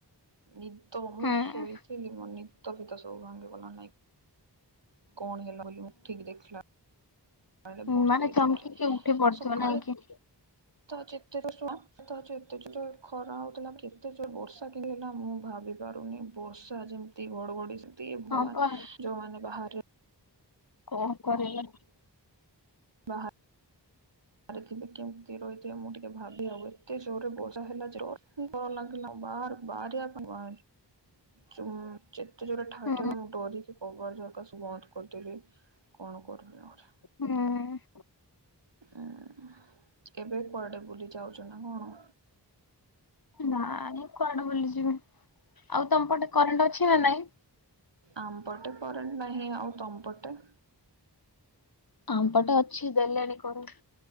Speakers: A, on the right; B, on the left.
A: ନିଦ ମୁଁ
B: ହୁଁ
A: ଶୋଇଥିଲି ମୋ ନିଦ ଫିଦ ସବୁ ଭାଙ୍ଗିଗଲା ନାଇଁ କଣ ହେଲା ବୋଲି ଉଠିକ ଦେଖିଲା ବେଳେ
B: ହୁଁ
A: ବର୍ଷା
B: ମାନେ ଚମ୍କିକି
A: ଜୋରରେ
B: ଉଠି ପଡୁଥୁବ
A: ସକାଳେ
B: ନାଇଁ କିି।
A: ତ ଯେତେ ଜ ସୁଣ ଯେତେ ଜୋର ଖରା ହଉଥିଲା କେତେ ଜୋର ବର୍ଷା କେତି ହେଲା ମୁଁ ଭାବି ପାରୁନି ବର୍ଷା ଯେମ୍ତି ଘଡଘଡି ସେମତି ଭଗବାନ୍
B: ହଁ ପା
A: ଯୋଉମାନେ ବାହାରେ
B: କଣ କରିବା?
A: ବାହା ବାହାରେଥିବେ କେମିତି ରହିଥିବେ ମୁଁ ଟିକେ ଭାବି ହବେ ଏତେଜୋରେ ବର୍ଷା ହେଲା ଯେ ଡର ଲାଗିଲା ବାହାରୁ ବାହାରିଆ ପା ଚୁଁ। ଯେତେ ଜୋରରେ ଠାଇ
B: ହୁଁ
A: ଠାଇ ମୁଁ ଡରିକି କବାଟ୍ ଝରକା ସବୁ ବନ୍ଦ କରିଦେଲି କଣ କରିବି ଆହୁରି।
B: ହୁଁ।
A: ଉୁଁ ଏବେ କୁଆଡେ ବୁଲି ଯାଉଚୁ ନା କଣ?
B: ନାଇଁ କୁଆଡେ ବୁଲିଯିବି ଆଉ ତମ ପଟେ କରେଣ୍ଟ ଅଛି ନା ନାଇଁ?
A: ଆମ୍ ପଟେ କରେଣ୍ଟ ନାହିଁ ଆଉ ତମ୍ ପଟେ?
B: ଆମ୍ ପଟେ ଅଛି ଦେଲେଣି କରେଣ୍ଟ୍।